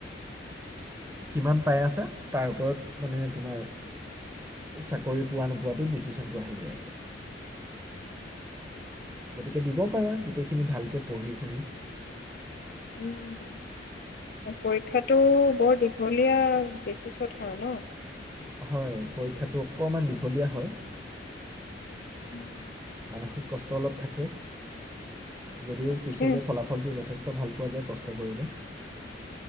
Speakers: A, on the right (about 15°); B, on the left (about 50°).
A: কিমান পাই আছা, তাৰ ওপৰত মানে তোমাৰ চাকৰি পোৱা নোপোৱাতটো ডিচিশ্যনটো আহি যায় আৰু। গতিকে দিব পাৰা গোটেইখিনি ভালকে পঢ়ি শুনি।
B: উম। পৰীক্ষাটো বৰ দীঘলীয়া বেচিছত হয় ন।
A: হয় পৰীক্ষাটো অকণমান দীঘলীয়া হয়।
B: ঊম।
A: মানসিক কষ্ট অলপ থাকে। যদিও
B: তাকে
A: পিছলৈ ফলাফলটো যথেষ্ট ভাল পোৱা যায় কষ্ট কৰিলে।